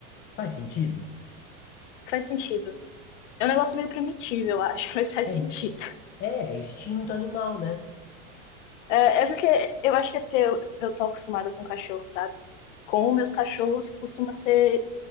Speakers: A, on the left; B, on the left.
A: Faz sentido?
B: Faz sentido. É um negócio meio primitivo, eu acho, <laughs> mas faz
A: É,
B: sentido.
A: é instinto animal, né?
B: É, é porque eu acho que é porque eu, eu tô acostumada com cachorro, sabe? Com meus cachorros costuma ser,